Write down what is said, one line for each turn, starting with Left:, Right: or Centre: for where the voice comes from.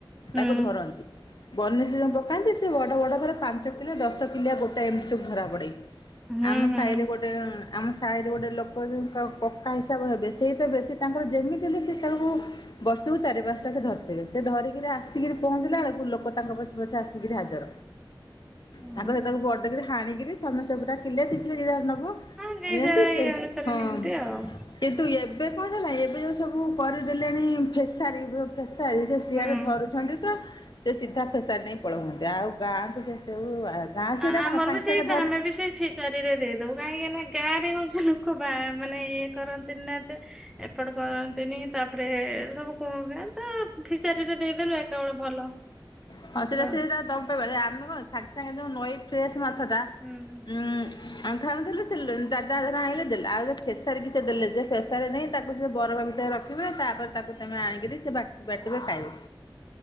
Centre: ହୁଁ
Left: ତାକୁ ଧରନ୍ତି। ବନିଶି ଯୋଉଁ ପକାନ୍ତି ସେ ବଡ ବଡ ପୁରା ପାଞ୍ଚ କିଲୋ ଦଶ ଶ କିଲିଆ ଗୋଟା ଏମିତି ସବୁ ଧରା ପଡ଼େ।
Centre: ହୁଁ
Left: ଆମ
Centre: ହୁଁ।
Left: ସାହିରେ ଗୋଟେ ଆମ ସାହିରେ ଗୋଟେ ଲୋ କ ଯୋଉ କକ୍କା ହିସାବ ହେବେ। ସେଇ ତ ବେଶୀ ତାଙ୍କର ଯେମିତି ହେଲେ ସେ ତାଙ୍କୁ ବର୍ଷକୁ ଚାରି ପାଞ୍ଚଟା ଧରିଥିବେ ସେ ଧରିକିରି ଆସିକିରି ପହଞ୍ଚିଲା ବେଳକୁ, ଲୋକ ତାଙ୍କ ପଛେ ପଛେ ଆସିକିରି ହାଜର।
Centre: ଓହୋ।
Left: ତାଙ୍କ ସେ ତାକୁ ବଡ଼କିରି ହାଣିକି ସମସ୍ତେ ପୁରା କିଲେ ଦିକିଲେ ଯିଏ ଯାହା ନବ
Centre: ହଁ ଯିଏ
Left: ନିଅନ୍ତି।
Centre: ଯାହାର
Left: ସେ
Centre: ଇଏ ଅନୁସାରେ
Left: ହଁ
Centre: ନିଅନ୍ତି ଆଉ
Left: କିନ୍ତୁ ଏ ଏବେ କଣ ହେଲା ଏବେ ଯେଉଁ ସବୁ କରିଦେଲେଣି ଫେସାରୀ। ଫେସାରି ସେ ସିଆଡେ
Centre: ହୁଁ।
Left: ଧରୁଛନ୍ତି ତ, ସେ ସିଧା ଫେସାରି ନେଇ ବଡହୁଅନ୍ତି ଆଉ ଗାଁକୁ ସେ ସବୁ ଗାଁ ସେଇଟା
Centre: ଆମର
Left: କଣ ସାଙ୍ଗେ
Centre: ବି ସେଇ
Left: ସାଙ୍ଗେ ଧରି
Centre: ଆମେ ବି ସେଇ ଫିସାରୀ ରେ ଦେଇଦଉ। କାହିଁକିନା ଗାଁ ରେ ହଉଛି ଲୋକ ବାହା ମାନେ ଇଏ କରନ୍ତି ନା ଏବେ ଏପଟ କରନ୍ତିନି ତାପରେ ସବୁ କହ ତ ଫିସାରୀ ରେ ଦେଇଦେଲୁ ଏକା ବେଳେ ଭଲ।
Left: ହଁ ସେଟା
Centre: ର
Left: ସେଟା ଦ ଆମେ କଣ ସାଙ୍ଗେ ସାଙ୍ଗେ ଯଉ ନଈ ଫ୍ରେଶ ମାଛଟା
Centre: ହୁଁ।
Left: ଉଁ ଆ ଖାଉଥିଲୁ ସେ ଦାଦାର ଆଣେ ଦେଲେ ଆଉ ଫେସାର ସେ ଦେଲେ ସେ ଫେସାରି ନାହିଁ ତାକୁ ସେ ବର ଭିତରେ ରଖିବେ ତାପରେ ତାକୁ ତମେ ଆଣିକରି ସେ ବାଟିବେ ଖାଇବ।